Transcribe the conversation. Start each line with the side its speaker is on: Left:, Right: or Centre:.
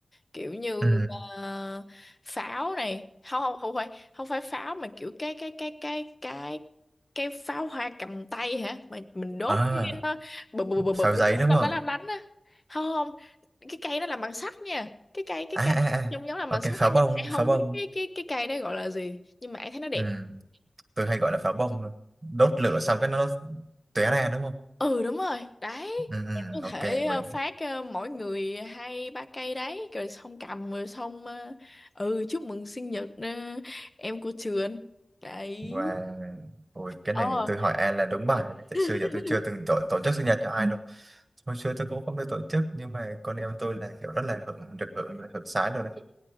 Left: kiểu như
Right: ừ
Left: ờ, pháo này không không không phải không phải pháo mà kiểu cái cái cái cái cái cái pháo hoa cầm tay hả mà mình đốt
Right: à
Left: cái nó bụp bụp bụp
Right: pháo
Left: bụp
Right: giấy đúng
Left: lấp
Right: không
Left: lánh lấp lánh á không không cái cây đó làm bằng sắt nha cái cây cái
Right: à à
Left: cây
Right: à
Left: trông giống làm bằng
Right: ok
Left: sắt
Right: pháo
Left: á nhưng
Right: bông
Left: mà em
Right: pháo
Left: không
Right: bông
Left: biết cái cái cái cây đó gọi là gì nhưng mà em thấy nó đẹp
Right: ừ tôi hay gọi là pháo bông luôn đốt lửa xong cái nó tóe ra đúng không
Left: ừ đúng rồi đấy
Right: ừ ừ
Left: Mình có
Right: ok
Left: thể ờ,
Right: mình
Left: phát ờ, mỗi người hai ba cây đấy rồi xong cầm rồi xong ờ, ừ chúc mừng sinh nhật ờ, em của trường đấy
Right: và ôi cái
Left: ờ
Right: này tôi hỏi An là đúng bài này tại xưa
Left: <laughs>
Right: giờ tôi chưa từng tổ, tổ chức sinh nhật cho ai đâu hồi xưa tôi cũng không được tổ chức nhưng mà con em tôi là kiểu rất là hưởng được hưởng hưởng sái luôn đấy